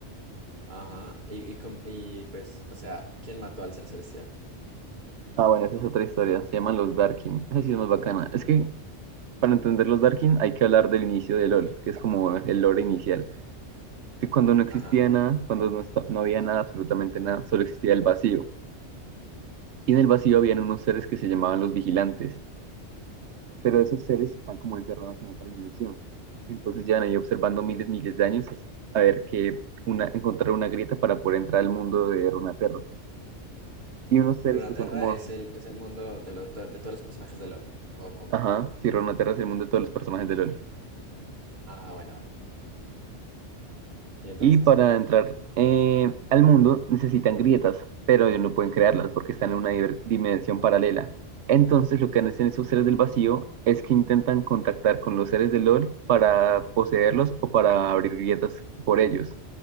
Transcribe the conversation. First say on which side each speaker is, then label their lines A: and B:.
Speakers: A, on the right (about 40°); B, on the right (about 70°).
A: Ajá. Y, y, como- y pues, o sea, ¿quién mató al ser celestial?
B: Ah, bueno, esa es otra historia, se llaman los Darkin. Esa sí es más bacana. Es que para entender los Darkin hay que hablar del inicio de LOL, que es como el lore inicial. Que cuando no existía
A: Ajá.
B: nada, cuando no, está, no había nada, absolutamente nada, solo existía el vacío. Y en el vacío habían unos seres que se llamaban los vigilantes pero esos seres están como encerrados en otra dimensión. Entonces llevan ahí observando miles, miles de años hasta- a ver que una, encontrar una grieta para poder entrar al mundo de Runaterra. Y unos seres
A: Runeterra
B: que son como,
A: es el, es el mundo de, lo- to- de todos los personajes de LOL. ¿O cómo?
B: ajá, sí, Runaterra es el mundo de todos los personajes de LOL.
A: Ah, bueno, bueno. Y entonces,
B: Y para entrar eh, al mundo necesitan grietas, pero ellos no pueden crearlas porque están en una diver- dimensión paralela. Entonces lo que hacen esos seres del vacío es que intentan contactar con los seres de LOL para poseerlos o para abrir grietas por ellos.